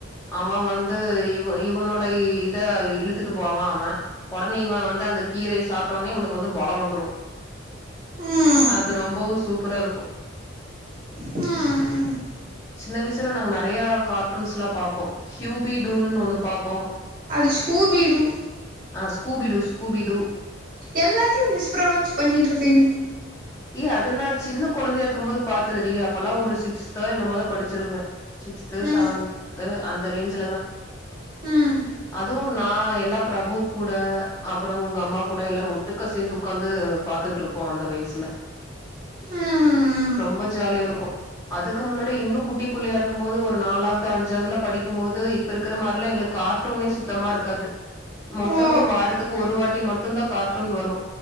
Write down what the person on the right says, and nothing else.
ம்
ம்
அது ஸ்கூபீடு
எல்லாத்தையு மிஸ்ப்ரனௌன்ஸ் பண்ணிட்டுருக்கீங்
ம்
ம்
ம்
ஓ